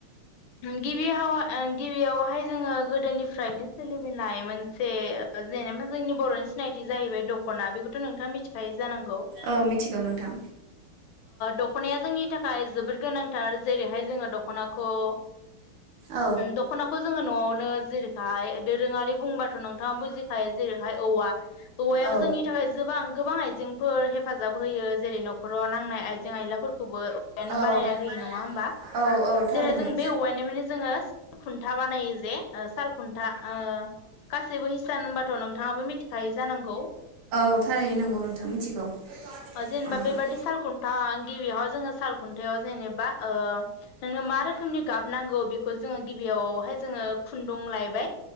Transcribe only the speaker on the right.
औ मिथिगौ नोंथां
औ
औ
औ
औ औ
थारैनो
औ थारैनो नंगौ नोंथां मिथिगौ
औ